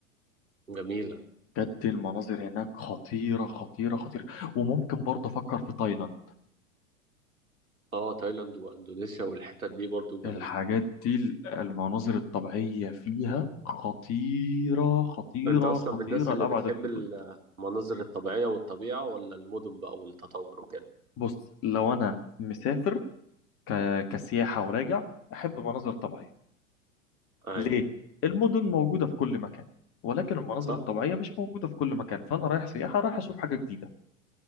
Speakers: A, on the right; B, on the left.
A: جميلة
B: بجد المناظر هناك خطيرة خطيرة خطيرة وممكن برضه أفكر في تايلاند
A: اه تايلاند واندونيسيا والحتت دي برضو جميلة
B: الحاجات دي ال- المناظر الطبيعية فيها خطيرة خطيرة
A: انت اصلا
B: خطيرة
A: من الناس اللي
B: لأبعد
A: بتحب
B: الحدود
A: المناظر الطبيعية والطبيعة ولا المدن بقى والتطور وكده
B: بص لو أنا مسافر ك... كسياحة وراجع أحب مناظر طبيعية
A: ايوه
B: ليه؟ المدن موجودة في كل مكان ولكن المناظر
A: صح
B: الطبيعية مش موجودة في كل مكان فأنا رايح سياحة رايح أشوف حاجة جديدة